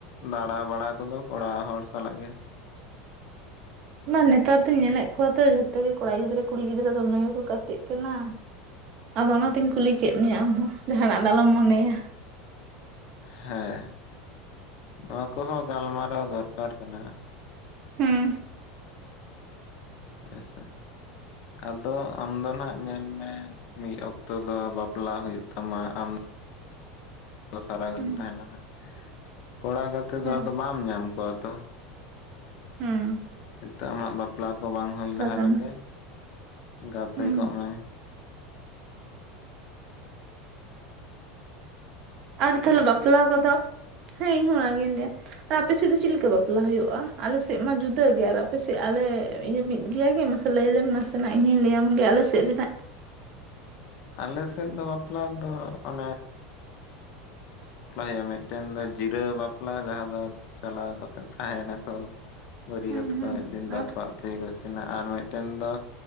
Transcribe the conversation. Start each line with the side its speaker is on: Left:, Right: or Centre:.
Left: ᱫᱟᱬᱟ ᱵᱟᱲᱟ ᱠᱚᱫᱚ ᱠᱚᱲᱟ ᱦᱚᱲ ᱥᱟᱞᱟᱜ ᱜᱮ ᱾
Right: ᱢᱟ ᱱᱮᱛᱟᱨ ᱫᱚᱧ ᱧᱮᱞᱮᱫ ᱠᱚᱣᱟ ᱛᱚ ᱡᱷᱚᱛᱚ ᱜᱮ ᱠᱚᱲᱟ ᱜᱤᱫᱽᱨᱟᱹ ᱠᱩᱲᱤ ᱜᱤᱫᱽᱨᱟᱹ ᱫᱚᱢᱮ ᱜᱮᱠᱚ ᱜᱟᱛᱮᱜ ᱠᱟᱱᱟ ᱾ ᱟᱫᱚ ᱚᱱᱟᱛᱤᱧ ᱠᱩᱞᱤ ᱠᱮᱫ ᱢᱮᱭᱟ ᱟᱢᱦᱚᱸ ᱡᱟᱦᱟᱱᱟᱜ ᱫᱚ ᱟᱞᱚᱢ ᱢᱚᱱᱮᱭᱟ ᱾
Left: ᱦᱮᱸ ᱱᱚᱣᱟ ᱠᱚᱦᱚᱸ ᱜᱟᱞᱢᱟᱨᱟᱣ ᱫᱚᱨᱠᱟᱨ ᱠᱟᱱᱟ ᱾
Right: ᱦᱩᱸ
Left: ᱦᱮᱸ ᱥᱮ ᱟᱫᱚ ᱟᱢ ᱫᱚ ᱱᱷᱟᱜ ᱧᱮᱞ ᱢᱮ ᱢᱤᱫ ᱚᱠᱛᱚ ᱫᱚ ᱵᱟᱯᱞᱟ ᱦᱩᱭᱩᱜ ᱛᱟᱢᱟ ᱟᱢ ᱫᱚᱥᱟᱨᱟ ᱜᱮᱢ
Right: ᱦᱩᱸ
Left: ᱛᱟᱦᱮᱸᱞᱱᱟ ᱠᱚᱲᱟ ᱜᱟᱛᱮ
Right: ᱦᱩᱸ
Left: ᱫᱚ ᱟᱫᱚ ᱵᱟᱢ ᱧᱟᱢ ᱠᱚᱣᱟ ᱛᱚ ᱾
Right: ᱦᱩᱸ ᱾
Left: ᱱᱤᱛᱚᱜ ᱟᱢᱟᱜ ᱵᱟᱯᱞᱟ ᱠᱚ ᱵᱟᱝ ᱦᱩᱭ ᱞᱟᱦᱟ
Right: ᱠᱟᱱᱟ
Left: ᱨᱮᱜᱮ ᱜᱟᱛᱮ
Right: ᱦᱩᱸ
Left: ᱠᱚᱜ ᱢᱮ ᱾
Right: ᱟᱨ ᱛᱟᱦᱞᱮ ᱵᱟᱯᱞᱟ ᱠᱚᱫᱚ ᱦᱮᱸ ᱤᱧᱦᱚ ᱚᱱᱟᱜᱤᱧ ᱞᱟᱹᱭᱟ ᱾ ᱟᱨ ᱟᱯᱮ ᱥᱮᱫ ᱫᱚ ᱪᱮᱫ ᱞᱮᱠᱟ ᱵᱟᱯᱞᱟ ᱦᱩᱭᱩᱜᱼᱟ, ᱟᱞᱮ ᱥᱮᱫ ᱢᱟ ᱡᱩᱫᱟᱹᱜ ᱜᱮᱭᱟ ᱟᱨ ᱟᱯᱮ ᱥᱮᱫ ᱟᱞᱮ ᱤᱭᱟᱹ ᱢᱤᱫ ᱜᱮᱭᱟ ᱜᱮ ᱢᱟᱥᱮ ᱞᱟᱹᱭᱞᱮᱢ ᱱᱟᱥᱮᱱᱟᱜ ᱤᱧ ᱦᱚᱸᱧ ᱞᱟᱹᱭ ᱭᱟᱢᱜᱮ ᱟᱞᱮᱮᱥᱮᱫ ᱨᱮᱱᱟᱜ ᱾
Left: ᱟᱞᱮ ᱥᱮᱫ ᱫᱚ ᱵᱟᱯᱞᱟ ᱫᱚ ᱚᱱᱮ ᱵᱟᱯᱞᱟ ᱦᱩᱭᱩᱜᱼᱟ ᱢᱤᱫᱴᱮᱱ ᱫᱚ ᱡᱤᱨᱟᱹᱣ ᱵᱟᱯᱞᱟ ᱡᱟᱦᱟᱸ ᱫᱚ ᱪᱟᱞᱟᱣ ᱠᱟᱛᱮᱜ ᱛᱟᱦᱮᱱᱟᱠᱚ ᱾ ᱵᱟᱹᱨᱭᱛ
Right: ᱦᱩᱸ
Left: ᱠᱚ
Right: ᱦᱩᱸ
Left: ᱢᱤᱫ ᱫᱤᱱ ᱫᱚ
Right: ᱟᱨ
Left: ᱟᱠᱚᱣᱟᱜ ᱛᱮ ᱠᱚ ᱤᱥᱤᱱᱟ ᱟᱨ ᱢᱤᱫᱴᱮᱱ ᱫᱚ